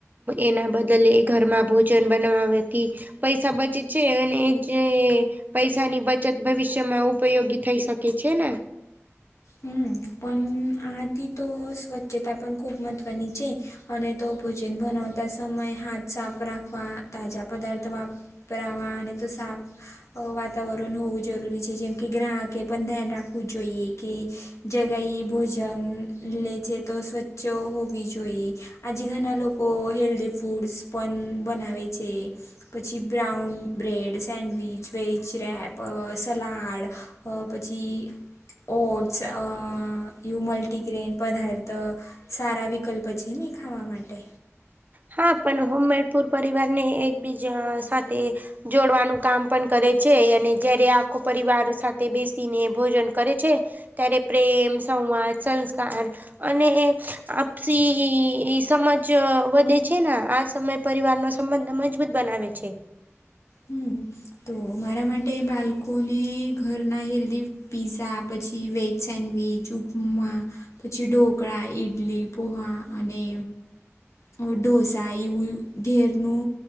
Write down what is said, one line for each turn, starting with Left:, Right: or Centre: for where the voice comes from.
Right: એના બદલે ઘરમાં ભોજન બનાવવાતી પૈસા બચે છે અને જે પૈસા ની બચ ચત ભવિષ્યમાં ઉપયોગી થઈ શકે છે ને
Left: હમ પણ આથી તો સ્વચ્છતા પણ ખૂબ મહત્વની છે. અને તો ભોજન બનાવતા સમયે હાથ સાફ રાખવા તાજા પદાર્થ વાપ પરાવા અને તો સાફ. અ વાતાવરણ હોવું જરૂરી છે જેમ કે ગ્રાહકે પણ ધ્યાન રાખવું જોઈએ. કી જગા એ ભોજન લે છે તો સ્વચ્છ હોવો ભી જોઈએ. આજે ઘણા લોકો હેલ્ધી ફૂડ્સ પણ બનાવે છે. પછી brown bread sandwich veg wrap અ સલાડ. અ પછી. ઓટ્સ અ યું મલ્ટીગ્રેન પદાર્થ સારા વિકલ્પ છે ને ખાવા માટે.
Right: હા પણ હોમ મેડ પુર પરિવારને એકબીજા સાથે જોડવાનું કામ પણ કરે છે અને જયારે આ. ખું પરિવાર સાથે બેસીને ભોજન કરે છે. ત્યારે પ્રેમ સંવાદ સંસ્કાર અને એ આપસી સમજ વધે. છે ના આ સમય પરિવારનો સંબંધ મજબૂત બનાવે છે.
Left: હમ તો મારા માટે બાલકોને ઘર. ઘરના હેલ્ધી પીઝા પછી વેજ સેન્ડવિચ ઉપમા પછી ઢોકળા ઈડલી પોહા અને અ ઢોસા એવું ઘેર નું.